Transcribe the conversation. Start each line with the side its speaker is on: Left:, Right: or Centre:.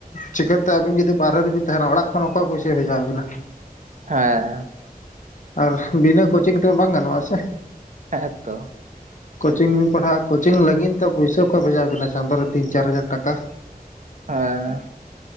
Left: ᱪᱤᱠᱟᱹ ᱛᱮ ᱟᱹᱵᱤᱱ ᱡᱩᱫᱤ ᱵᱟᱦᱨᱮ ᱨᱮᱵᱤᱱ ᱛᱟᱦᱮᱸᱱᱟ ᱚᱲᱟᱜ ᱠᱷᱚᱱ ᱚᱠᱚᱭ ᱯᱚᱭᱥᱟᱭ ᱵᱷᱮᱡᱟᱵᱤᱱᱟ
Right: ᱦᱮᱸ
Left: ᱟᱨ ᱵᱤᱱᱟᱹ ᱠᱳᱪᱤᱝ ᱛᱮᱢᱟ ᱵᱟᱝ ᱜᱟᱱᱚᱜᱼᱟ ᱥᱮ
Right: ᱦᱮᱸ
Left: ᱠᱳᱪᱤᱝ ᱵᱤᱱ ᱯᱟᱲᱦᱟᱜᱼᱟ ᱠᱳᱪᱤᱝ ᱞᱟᱹᱜᱤᱱ ᱛᱮ ᱯᱩᱭᱥᱟᱹ ᱚᱠᱚᱭ ᱵᱷᱮᱡᱟ ᱵᱤᱱᱟ ᱪᱟᱸᱫᱳ ᱨᱮ ᱛᱤᱱ ᱪᱟᱨ ᱦᱟᱡᱟᱨ ᱴᱟᱠᱟ
Right: ᱦᱮᱸ